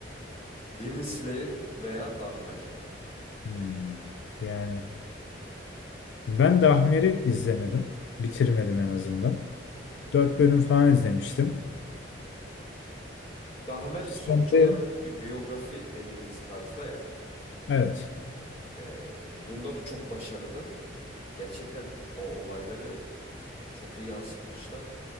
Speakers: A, on the left; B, on the left.
A: Demon Slayer veya Dahmer.
B: Hmm. Yani ben Dahmer'i izlemedim. Bitirmedim en azından. Dört bölüm falan izlemiştim.
A: Dahmer sonuç
B: Sen de
A: olarak bir biyografi dediğimiz tarzda ya.
B: evet.
A: e, bunda da çok başarılı. Gerçekten o olayları çok iyi yansıtmışlar.